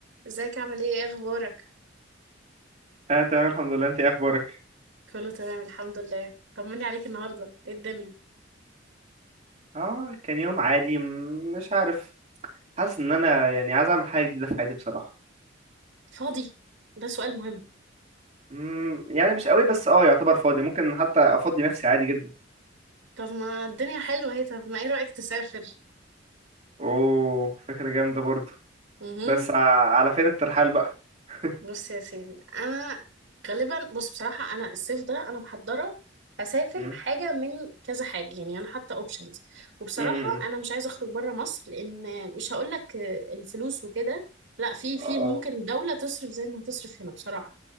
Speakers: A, on the right; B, on the right.
A: ازيك عامل ايه ايه اخبارك
B: انا تمام الحمد لله انت ايه اخبارك
A: كله تمام الحمد لله طمني عليك النهارده ايه الدنيا
B: اه كان يوم عادي م- مش عارف حاسس ان انا يعني عايز اعمل حاجه جديده في حياتي بصراحه
A: فاضي ده سؤال مهم
B: مم، يعني مش قوي بس اه يعتبر فاضي ممكن حتى افضي نفسي عادي جدا
A: طب ما الدنيا حلوه اهي طب ما ايه رأيك تسافر
B: اوه فكره جامده برضو
A: امم
B: بس ع- على فين الترحال بقى <laughs>
A: بص يا سيدي انا غالبا بص بصراحه انا الصيف ده انا محضره اسافر
B: مم،
A: حاجه من كذا حاجه يعني انا حاطه اوبشنز وبصراحه
B: مم، مم، مم.
A: انا مش عايزه اخرج بره مصر لان مش هقول لك الفلوس وكده لا في في
B: اه
A: ممكن دوله تصرف زي ما هتصرف هنا بصراحه